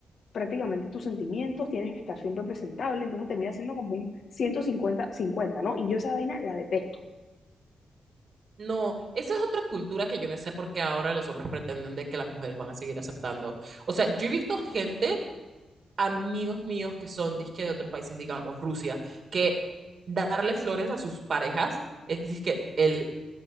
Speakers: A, on the left; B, on the right.
A: prácticamente tus sentimientos, tienes que estar siempre presentable, entonces termina siendo como un ciento cincuenta cincuenta ¿no? Y yo esa vaina la detesto.
B: No, esa es otra cultura que yo no sé por qué ahora los hombres pretenden de que las mujeres van a seguir aceptando. O sea, yo he visto gente, amigos míos que son disque de otros países, digamos Rusia, que darle flores a sus parejas es disque el